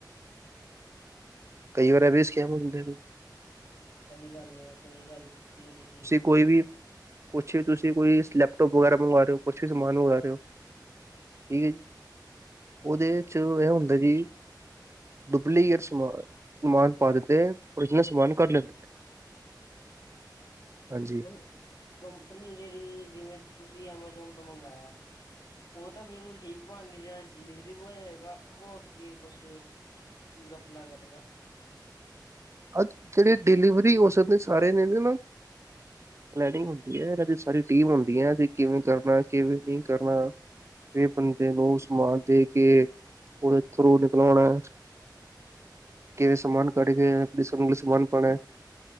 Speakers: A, on the left; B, on the right.
A: ਹੂੰ
B: ਕਈ ਵਾਰ ਐ ਵੀ ਸਕੈਮ ਹੂੰਦੇ ਨੇ।
A: ਸਹੀ ਗੱਲ ਏ, ਸਹੀ ਗੱਲ ਕੀਤੀ ਏ ਤੁਸੀਂ।
B: ਕੋਈ ਵੀ, ਕੁਛ ਵੀ ਤੁਸੀਂ ਕੋਈ ਲੈਪਟੋਪ ਵਗੈਰਾ ਮੰਗਵਾ ਰਹੇ ਓ, ਕੁਛ ਵੀ ਸਮਾਨ ਮੰਗਾ ਰਹੇ ਓ। ਏ, ਉਹਦੇ'ਚ ਐ ਹੁੰਦਾ ਜੀ। ਡੁਪਲੀਕੇਟ ਸਮਾਨ,
A: ਪਾ ਦਿੰਦੇ
B: ਸਮਾਨ
A: ਨੇ
B: ਪਾ ਦਿੱਤੇ, ਓਰਿਜਨਲ ਸਮਾਨ ਕਢ ਲੈਂਦੇ।
A: ਹੂੰ,
B: ਹਾਂਜੀ
A: ਮਨ ਕੰਪਨੀ ਜਿਹੜੀ, ਜਿਵੇਂ ਤੁਸੀਂ ਐਮਾਜੋਨ ਤੋਂ ਮੰਗਾਇਆ। ਉਹ ਤਾਂ ਬਿਲਕੁਲ ਠੀਕ ਪਾਣਗੇ, ਜਿਹੜਾ ਡਿਲੀਵਰੀ ਬੌਏ ਹੈਗਾ, ਉਹ ਅੱਗੇ ਕੁਛ ਗਪਲਾ ਕਰੇਗਾ।
B: ਜਿਹੜੇ ਡਿਲੀਵਰੀ ਹੋ ਸਕਦੇਨ, ਸਾਰੇ ਨੇ ਨਾ। ਪਲੈਨਿੰਗ ਹੁੰਦੀ ਏ, ਇਹਨਾਂ ਦੀ ਸਾਰੀ ਟੀਮ ਹੁੰਦੀ‌ ਐ, ਤੇ ਕਿਵੇਂ ਕਰਨਾ, ਕਿਵੇਂ ਨਹੀਂ ਕਰਨਾ ਇਹ ਬੰਦੇ
A: ਹਾਂਜੀ
B: ਨੂੰ ਸਮਾਨ ਦੇਕੇ ਉਹਦੇ ਥ੍ਰੂ ਨਿਕਲਵਾਣਾ। ਕਿਵੇ ਸਮਾਨ ਕਢਕੇ, ਕਿਸ <unintelligible> ਸਮਾਨ ਪਾਣੈ,